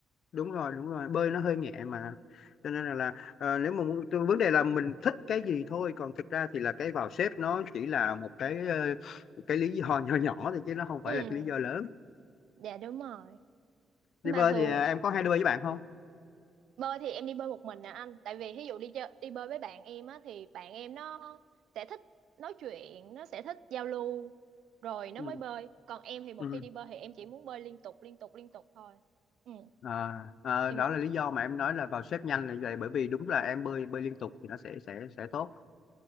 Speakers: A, on the left; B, on the right.
A: đúng rồi đúng rồi bơi nó hơi nhẹ mà cho nên là, là ờ, nếu mà muốn tôi- vấn đề là mình thích cái gì thôi còn thực ra thì là cái vào xếp nó chỉ là một cái ờ, cái lý do nhỏ nhỏ thôi chứ nó không phải
B: ừ
A: là cái lý do lớn
B: dạ đúng rồi
A: đi
B: mà
A: bơi
B: thường
A: thì à, em có hay đi bơi với bạn không
B: bơi thì em đi bơi một mình nè anh tại vì ví dụ đi chơi đi bơi với bạn em á thì bạn em nó sẽ thích nói chuyện nó sẽ thích giao lưu rồi nó
A: ừ.
B: mới bơi còn em thì một
A: Ừ.
B: khi đi bơi thì em chỉ muốn bơi liên tục liên tục liên tục thôi ừ
A: À, à,
B: thì
A: đó
B: một
A: là lý do mà em nói là vào xếp nhanh là vậy bởi vì đúng là em bơi bơi liên tục thì nó sẽ sẽ sẽ tốt